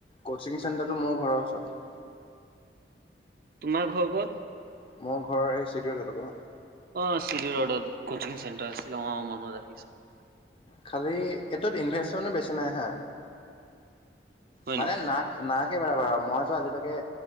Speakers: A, on the left; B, on the right.
A: কচিং চেণ্টাৰটো মোৰ ঘৰৰ ওচৰত।
B: তোমাৰ ঘৰ ক'ত?
A: মোৰ ঘৰ এই চিডিউল উচৰত আকৌ
B: অ চিৰি ৰডত কচিং চেণ্টাৰ আছিল অ মনত আহিছে।
A: খালি এইটোত ইনভেচমেনো বেছি নাই হা
B: হয়
A: মানে
B: নি
A: নাট নালাগে বাৰ বাৰু মইতো আজিলৈকে